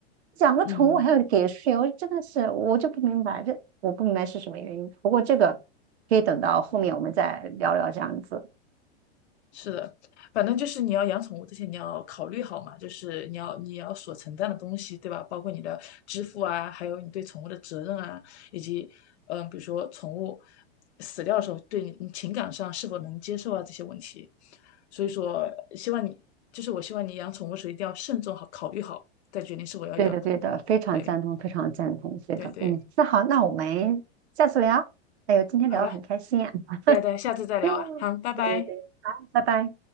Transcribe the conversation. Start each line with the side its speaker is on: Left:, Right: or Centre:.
Right: 养个宠物还要给税，
Left: 嗯。
Right: 我真的是我就不明白这我不明白是什么原因。不过这个可以等到后面我们再聊聊这样子。
Left: 是的，反正就是你要养宠物之前，你要考虑好嘛，就是你要你要所承担的东西，对吧？包括你的支付啊，还有你对宠物的责任啊，以及嗯、呃比如说宠物死掉的时候，对你你情感上是否能接受啊这些问题。所以说，希望你就是我希望你养宠物时一定要慎重好考虑好，再决定是否要养。
Right: 对的，对的，非常赞同，
Left: 对
Right: 非常赞同。对的，
Left: 对对，
Right: 嗯，那好，那我们下次聊。哎呦，今天聊得很开心啊。
Left: 好的，
Right: <laughs>
Left: 对对，下次再聊啊，
Right: 嗯，
Left: 好，拜拜。
Right: 对对对，好，拜拜。